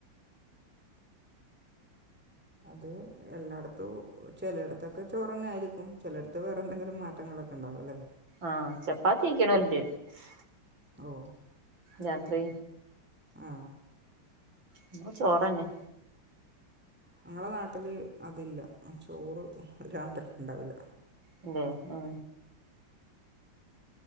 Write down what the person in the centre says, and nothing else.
അത് എല്ലായിടത്തും, ചിലയിടത്തൊക്കെ ചോറന്നെ ആയിരിക്കും. ചിലയിടത്ത് വേറെ എന്തെങ്കിലും മാറ്റങ്ങൾ <unintelligible> ഉണ്ടാവുലെ
ഓ
ആ
ഞങ്ങളെ നാട്ടില് അതില്ല ചോറ് രാത്രി ഉണ്ടാവില്ല